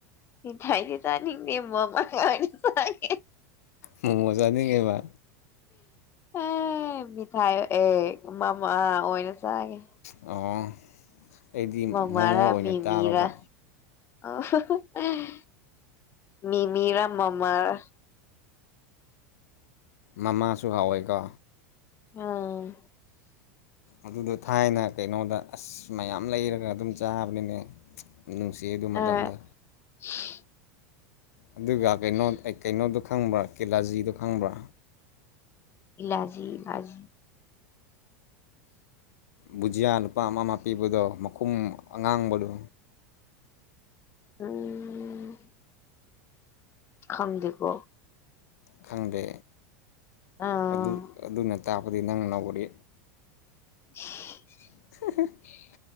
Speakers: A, on the left; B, on the left.
A: ꯃꯤꯊꯥꯏꯗꯤ ꯆꯅꯤꯡꯗꯦ ꯃꯃꯥ꯫ <unintelligible> ꯑꯦ
B: ꯃꯣꯃꯣ ꯆꯥꯅꯤꯡꯉꯦꯕ
A: ꯑꯥ ꯃꯤꯊꯥꯏ ꯑꯦ ꯃꯃꯥ ꯑꯣꯏꯅ ꯆꯥꯒꯦ
B: ꯑꯣ ꯑꯩꯗꯤ
A: ꯃꯃꯥꯔꯥ
B: ꯃꯣꯃꯣ ꯑꯣꯏꯅ
A: ꯃꯤꯃꯤꯔꯥ
B: ꯇꯥꯔꯥꯕ
A: <unintelligible> ꯃꯤ ꯃꯤꯔꯥ ꯃꯝꯃꯥꯔ
B: ꯃꯃꯥꯁꯨ ꯍꯥꯎꯋꯦꯀꯣ
A: ꯑꯪ
B: ꯑꯗꯨꯗꯣ ꯊꯥꯏꯅ ꯀꯩꯅꯣꯗ ꯑꯁ ꯃꯌꯥꯝ ꯂꯩꯔꯒ ꯑꯗꯨꯝ ꯆꯥꯕꯅꯤꯅꯦ ꯅꯨꯡꯁꯤ ꯑꯗꯨ ꯃꯇꯝꯗꯣ
A: ꯑ <unintelligible>
B: ꯑꯗꯨꯒ ꯀꯩꯅꯣ ꯀꯩꯅꯣꯗꯣ ꯈꯪꯕ꯭ꯔ ꯀꯦꯂꯥꯖꯤꯗꯣ ꯈꯪꯕ꯭ꯔꯥ
A: ꯏꯂꯥꯖꯤ ꯏꯂꯥꯖꯤ
B: ꯕꯨꯖꯤꯌꯥ ꯅꯨꯄꯥ ꯑꯃ ꯑꯃ ꯄꯤꯕꯗꯣ ꯃꯈꯨꯝ ꯑꯉꯥꯡꯕꯗꯣ
A: ꯈꯪ ꯈꯪꯗꯦꯀꯣ
B: ꯈꯪꯗꯦ
A: ꯑꯥ
B: ꯑꯗꯨ ꯑꯗꯨꯅ ꯇꯥꯛꯄꯗꯤ ꯅꯪ ꯅꯧꯔꯤ
A: <unintelligible>
B: <unintelligible>